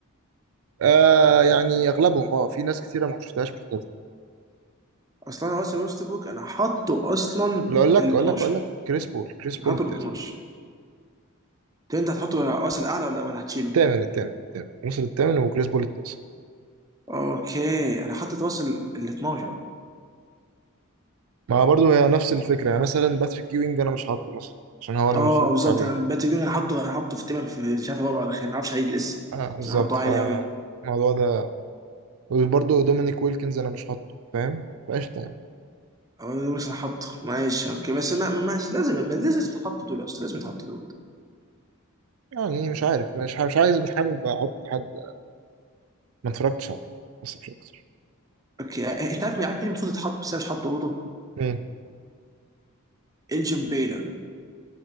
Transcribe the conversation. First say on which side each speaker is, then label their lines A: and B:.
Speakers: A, on the right; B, on the right.
A: آه يعني اغلبهم اه في ناس كتيره ما شفتهاش مش حضرتها
B: اصلا انا راسل ويستبروك انا حاطه اصلا
A: ولا اقول لك
B: ال
A: اقول
B: 12
A: لك اقول لك كريس بول كريس بول
B: انا حاطه
A: التاسع
B: ال 12 طب انت هتحطه راسل اعلى ولا ولا هتشيله؟
A: الثامن الثامن الثامن وصل الثامن وكريس بول التاسع
B: اوكي انا حاطط راسل ال 12
A: ما برضه هي نفس الفكره يعني مثلا باتريك ewing انا مش حاطه مثلا عشان هو انا
B: اه
A: ما اتفرجتش
B: بالظبط
A: عليه
B: انا باتي جون انا حاطه انا حاطه في تمام في مش عارف رابع ولا خامس ما اعرفش هيجي لسه
A: اه بالظبط
B: بس انا حاطه
A: فالموضوع
B: عالي قوي
A: ده وبرضه دومينيك ويلكنز انا مش حاطه فاهم فقشطه يعني
B: اه بس انا حاطه ماشي اوكي بس ما ما ماشي لازم ما لازم تتحط دول اصلا لازم تتحط دول
A: يعني مش عارف مش ح- مش عايز مش حابب احط حد ما اتفرجتش عليه بس مش اكتر
B: اوكي آه، انت عارف مين عارف مين المفروض يتحط بس انا مش حاطه برضه
A: مين
B: الجيم بيلر